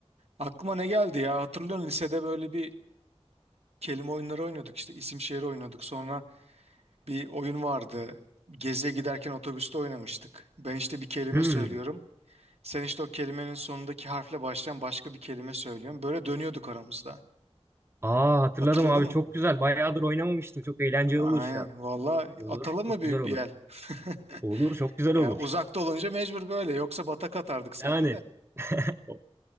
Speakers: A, on the right; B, on the right.
A: Aklıma ne geldi ya? Hatırlıyorsun lisede böyle bir kelime oyunları oynuyorduk işte isim şehir oynuyorduk. Sonra bir oyun vardı. Geziye giderken otobüste oynamıştık. Ben işte bir kelime
B: Hmm.
A: söylüyorum. Sen işte o kelimenin sonundaki harfle başlayan başka bir kelime söylüyorsun. Böyle dönüyorduk aramızda.
B: Aa hatırladım
A: Hatırladın
B: abi
A: mı?
B: çok güzel. Bayağıdır oynamamıştım. Çok eğlenceli
A: Aynen.
B: olur şu an.
A: Valla
B: Olur.
A: atalım
B: Çok
A: mı bir,
B: güzel olur.
A: bir el? <laughs>
B: Olur. Çok güzel
A: Yani
B: olur.
A: uzakta olunca mecbur böyle. Yoksa batak atardık seninle
B: Yani
A: de.
B: <laughs>